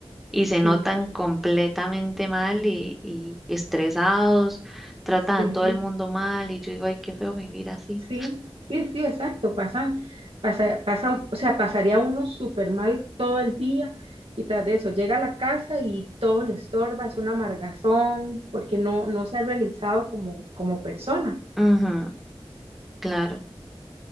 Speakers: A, in the centre; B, on the right (about 70°).
A: y
B: Sí,
A: se notan completamente mal y, y estresados, tratan
B: sí,
A: a todo el mundo mal y yo digo, ay, qué feo vivir así.
B: sí, sí, sí, exacto. Pasan, pasa, pasa, o sea, pasaría uno súper mal todo el día y tras de eso llega a la casa y todo le estorba, es una amargazón porque no, no se ha realizado como, como persona.
A: Ujú, claro,